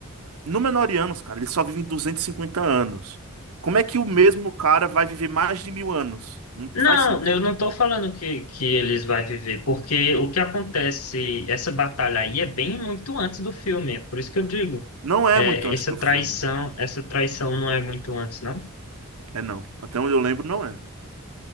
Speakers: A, on the right; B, on the left.
A: Númenóreanos, cara, ele só vive 250 anos. Como é que o mesmo cara vai viver mais de mil anos? Não
B: Não,
A: faz sentido.
B: eu não estou falando que, que eles vão viver, porque o que acontece, essa batalha aí é bem muito antes do filme, é por isso que eu digo,
A: Não é
B: é,
A: muito antes
B: essa
A: do
B: traição,
A: filme.
B: essa traição não é muito antes, não?
A: É não. Até onde eu lembro, não é.